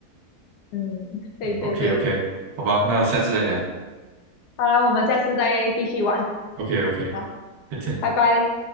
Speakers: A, on the left; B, on the right.
A: 嗯，对对对，
B: ？OK OK，好吧，那下次再聊。
A: 好了，我们下次再继续玩，
B: OK OK，
A: 好，
B: 再见。
A: 拜拜。